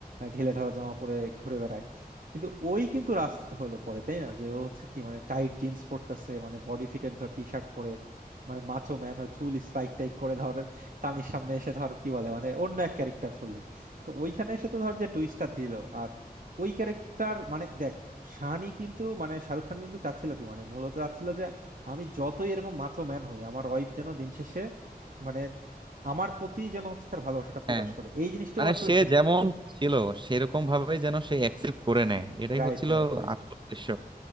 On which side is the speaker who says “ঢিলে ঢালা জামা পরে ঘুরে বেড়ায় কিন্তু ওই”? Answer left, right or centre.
Right